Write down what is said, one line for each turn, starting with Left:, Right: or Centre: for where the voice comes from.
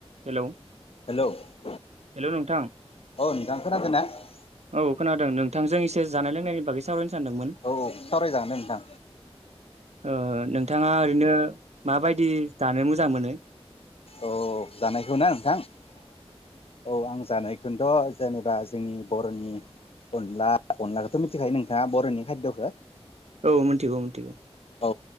Right: हेलौ
Left: हेलौ औ
Right: हेलौ नोंथां
Left: नोंथां खोनादों ना औ
Right: औ खोनादों नोंथांजों एसे जानाय लोंनायनि बागै सावरायनो सानदोंमोन
Left: औ सावरायजागोन दे नोंथां
Right: ओ ओ नों थाङा ओरैनो माबायदि जानो मोजां मोनो?
Left: औ । जानायखौ ना नोंथां औ आं जानायखोनथ जेनेबा जोंनि बर'नि अनला अनलाखौथ' मिथिखायो नोंथाङा बर'नि खायद'खौ?
Right: औ मिथिगौ मिथिगौ ।
Left: औ